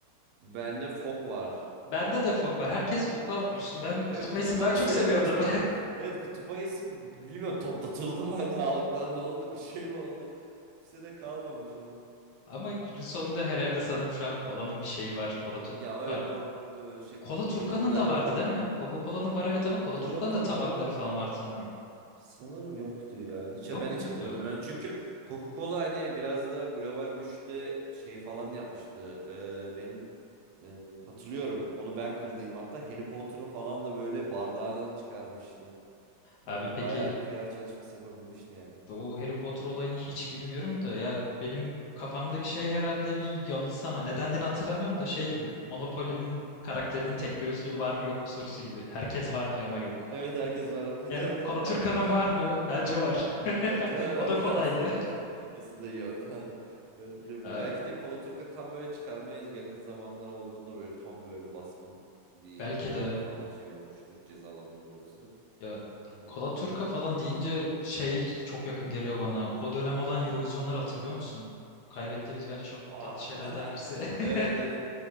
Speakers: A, on the right (about 80°); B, on the left (about 75°).
A: bende fok var.
B: Bende de fok var. Herkes foku almış. Ben kutup
A: Evet kutup
B: ayısını daha
A: ayısı
B: çok seviyordum.
A: herhalde çok <laughs> evet kutup ayısı bilmiyorum toplatıldı mı hani halktan ne oldu bir şey mi oldu kimse de kalmamış hani.
B: <laughs> Ama günün sonunda her evde sanırım şu an kolanın bir şeyi var. Kola tur
A: Ya
B: pardon.
A: evet o e, şey
B: Kola
A: Coca-Cola'nın
B: Turkan'ın
A: hani
B: da vardı
A: var.
B: değil mi? Coca-Cola'nın var evet ama Kola
A: Kola
B: Turkan'ın
A: Turkan'ın
B: da tabakları falan vardı sanırım.
A: sanırım yoktu ya. Hiç,
B: Yok
A: ben hiç
B: muydu?
A: hatırlamıyorum. Yani çünkü Coca-Cola hani biraz da global güçte şey falan yapmıştı. Ee, benim e, hatırlıyorum. Onu ben kırdıydım hatta. Harry Potter'ın falan da böyle bardağını çıkarmıştı. Bayağı
B: Abi peki
A: PR çalışması yapabilmişti yani.
B: O Harry Potter olayını hiç bilmiyorum da ya benim kafamdaki şey herhalde bir yanılsama. Nedendiğini hatırlamıyorum da şey gibi Monopoly'nin karakterinin tek gözlüğü var mı yok mu sorusu gibi. Herkes var diyor ama yok.
A: Evet herkes
B: Ne-
A: var ama
B: yani
A: <laughs> derdi.
B: Kalaturka'nın
A: Belki de
B: var mı? Bence var.
A: Bence
B: <laughs>
A: var
B: O
A: ama
B: da
A: <laughs>
B: kolaydı.
A: aslında aslında yok falan. Belki de evet.
B: Ee,
A: Belki de Kolaturka tam böyle çıkarmaya yakın zamanlar olduğunda böyle tam böyle baskın bir
B: belki
A: vergi
B: de
A: falan şey olmuştur. Cezalandırılırsa.
B: ya
A: Hani
B: Kalaturka falan deyince şey çok yakın geliyor bana. O dönem olan Eurovision'ları hatırlıyor musun? Kaybettiğimiz bence çok
A: Aa,
B: tatlı şeylerden
A: <laughs>
B: birisi. <laughs>
A: evet, evet.